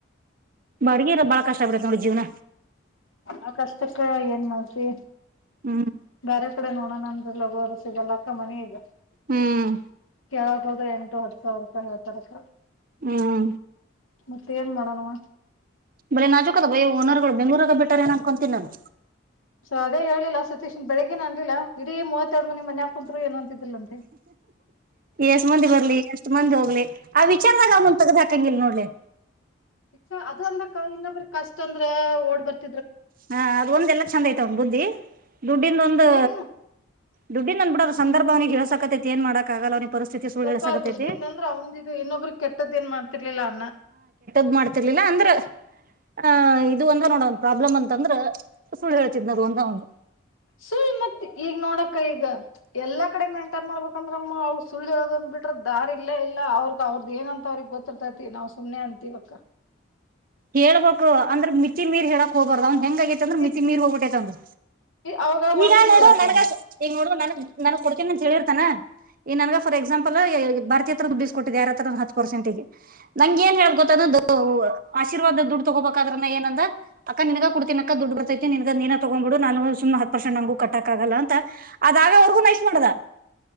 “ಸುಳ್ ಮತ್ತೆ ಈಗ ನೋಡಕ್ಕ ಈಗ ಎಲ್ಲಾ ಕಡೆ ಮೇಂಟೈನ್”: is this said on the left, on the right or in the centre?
Left